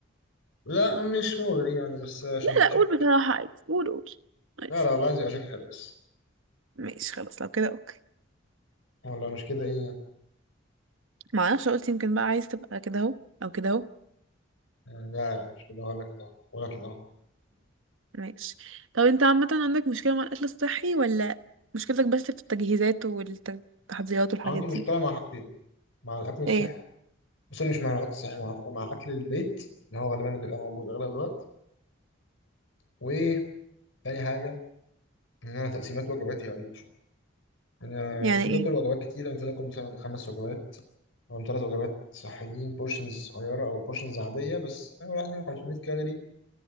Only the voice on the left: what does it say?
لا مش مغري يعني بس عشان
يبقى
شكل
حلو
لا لا والله عايز يبقى شكل حلو بس
والله مش كده ايه يعني
آه، لا لا، مش كده هقول لك ده هقول لك ده
عندي
مشكلة مع حاجتين مع الأكل الصحي
بس مش مع الأكل الصحي مع, مع أكل البيت اللي هو غالبا اللي بيبقى موجود أغلب الوقت وتاني حاجة إن أنا تقسيمات وجباتي غريبة شوية أنا
المفروض
آكل وجبات كتيرة المفروض آكل مثلا خمس وجبات أو ثلاث وجبات صحيين بورشنز صغيرة أو بورشنز عادية بس يعني 500 كالوري